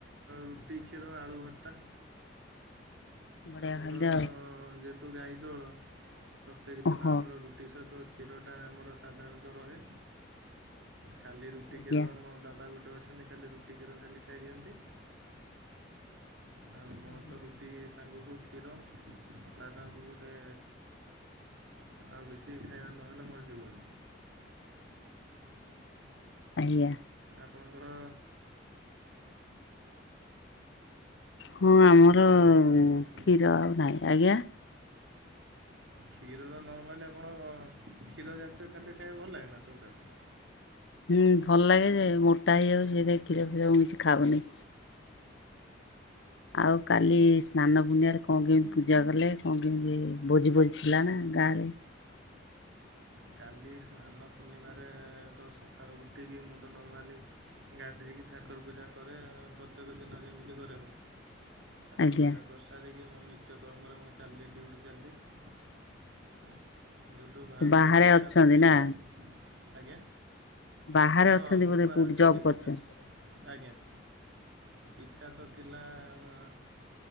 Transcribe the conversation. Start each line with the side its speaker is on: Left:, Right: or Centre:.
Right: ରୁଟି କ୍ଷୀର ଆଳୁ ଭର୍ତା।
Left: ବଢ଼ିଆ
Right: ଆମର
Left: ଖାଦ୍ୟ ଆଉ
Right: ଯେହେତୁ ଗାଈ ଦୋଳ ପ୍ରତ୍ୟେକ ଦିନ
Left: ଓହୋ
Right: ଆମର ରୁ ବିଷତ କ୍ଷୀରଟା ଆମର ସାଧାରଣତଃ ରହେ। ଖାଲି ରୁଟି
Left: ଆଜ୍ଞା
Right: କ୍ଷୀର ମୋ ଦାଦା ଗୋଟେ ଅଛନ୍ତି ଖାଲି ରୁଟି ଖାଲି ଖାଇଦିଅନ୍ତି। ଆଉ ମୋର
Left: ଆଜ୍ଞା।
Right: ତ ରୁଟି ସାଙ୍ଗକୁ କ୍ଷୀର। ହଦା ସାଙ୍କୁ ଗୋଟେ ଆଉ କିଛି ଖାଇବା ନହେଲେ ମୋର ଜୀବନି।
Left: ଆଜ୍ଞା।
Right: ଆପଣଙ୍କର
Left: ହଁ ଆମର
Right: କ'ଣ ଖବର ସିଆଡ଼େ କୁହନ୍ତୁ
Left: କ୍ଷୀର ଆଉ ଗାଈ ଆଜ୍ଞା।
Right: କ୍ଷୀର ନର୍ମାଲି ଆପଣ କ୍ଷୀର ଜାତୀୟ ଖାଦ୍ୟ ଖାଇବାକୁ ଭଲ ଲାଗେ ନା ସବୁଠାରୁ।
Left: ହୁଁ ଭଲ ଲାଗେ ଯେ ମୋଟା ହେଇଯାଉଛି ସେ କ୍ଷୀର ଫିର ମୁ କିଛି ଖାଉନି। ଆଉ କାଲି ସ୍ନାନ ପୂର୍ଣ୍ଣିମାରେ କଣ କେମିତି ପୂଜା କଲେ କଣ କେମିତି ଭୋଜି ଭୋଜି ଥିଲା ନା ଗାଁରେ
Right: କାଲି ସ୍ନାନ ପୂର୍ଣ୍ଣିମାରେ ତ ସକାଳୁ ଉଠିକି ମୁଁ ତ ନର୍ମାଲି ଗାଧେଇକି ଠାକୁର ପୂଜା କରେ ପ୍ରତ୍ୟେକ ଦିନ ଯେମିତି କରେ ମୁଁ। ଠାକୁର
Left: ଆଜ୍ଞା
Right: ପୂଜା କର ସାରିକି ମୋ ନିତ୍ୟ କର୍ମରେ ମୁଁ ଚାଲିଲି ଡିଉଟି ଚାଲିଲି ଉଁ ଡି ଧାମ
Left: ବାହାରେ
Right: ଇଚ୍ଛା
Left: ଅଛନ୍ତି
Right: ତ ଥିଲା
Left: ନା
Right: ଆଜ୍ଞା।
Left: ବାହାରେ
Right: ହଁ
Left: ଅଛନ୍ତି
Right: ମୁଁ
Left: ବୋଧେ
Right: ବାହାରେ
Left: କୋଉଠି ଜବ୍
Right: ଚାକିରୀ
Left: କରିଛନ୍ତି
Right: କରେ ଆଜ୍ଞା। ଇଚ୍ଛା ତ ଥିଲା ଆ